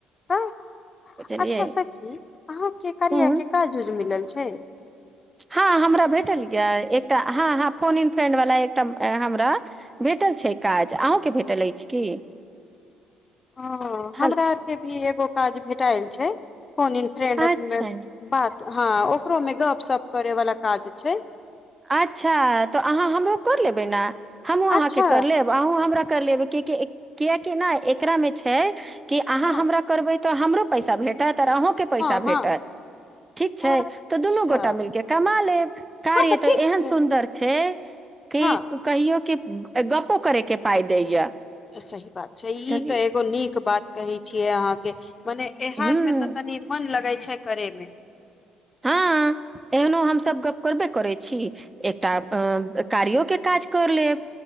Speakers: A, on the left; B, on the right.
A: तऽ
B: बुझलियै
A: अच्छा सखी अहाँके कर्या
B: ह
A: के काज जूज मिलल छै
B: हँ हमरा भेटल यए एकटा हँ हँ फोन इन फ्रेंडवला एकटा हमरा भेटल छै काज अहूँकेँ भेटल अछि की
A: हँ हमरा
B: हल
A: आरके भी ओ काज भेटाल छै फोनन फ्रेंड
B: अच्छा
A: बात हँ ओकरोमे गपशप करै वला काज छै
B: अच्छा तऽ अहाँ हमरो कर लेबै ने हमहूँ अहाँके
A: अच्छा
B: कर लेब अहूँ हमरा कर लेबै क कियकि ने एकरा मे छै की अहाँ
A: हँ
B: हमरा करबै तऽ हमरो पैसा भेटत अहुँ के पैसा
A: हँ
B: भेटत
A: हँ
B: ठीक छै
A: अच्छा
B: तऽ दुनू गोटा मिलके कमा लेब कार्य
A: हँ तऽ
B: केहएन
A: ठीक छै
B: सुन्दर छैे कि
A: हँ
B: कहियो के गपो करे के पााय दैया
A: सही बात छै ई
B: चलिय
A: तऽ एगो नीक बात कहै छियै अहाँके मने एहार
B: हूँ
A: में ते तनी मन लगे छै करेमे
B: हँ एहनो हमसभ गप करबे करै छी एकटा अ कारियो के काज कर लेब